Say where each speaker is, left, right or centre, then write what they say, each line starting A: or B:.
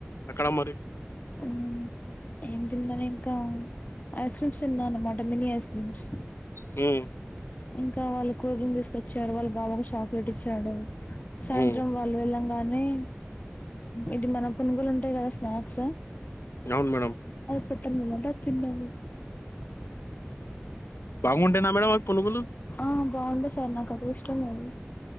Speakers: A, on the left; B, on the left.
A: అక్కడ మరి
B: మ్మ్. ఏం తిందని ఇంకా ఐస్ క్రీమ్స్ తిందా అన్నమాట మినీ ఐస్ క్రీమ్స్
A: హ్మ్
B: ఇంకా వాళ్ళు కూల్ డ్రింక్ తీసుకొచ్చారు వాళ్ళ బాబాకు చాక్లెట్ ఇచ్చాడు సాయంత్రం
A: మ్మ్.
B: వాల్ వెలా అలానే ఇది మన పునుగులు ఉంటాయి కదా స్నాక్స్
A: అవును మేడమ్
B: <unintelligible>
A: బాగుంటాయ్ నా మేడమ్ పునుగులు
B: ఆ బాగుంటే సార్ నాకైతే ఇష్టం అవి